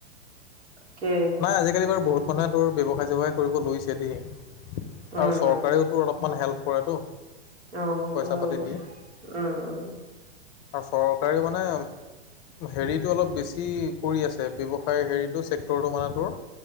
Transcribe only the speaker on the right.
কে
উম
আহ, সেইটো
ভাল
উম,
উম,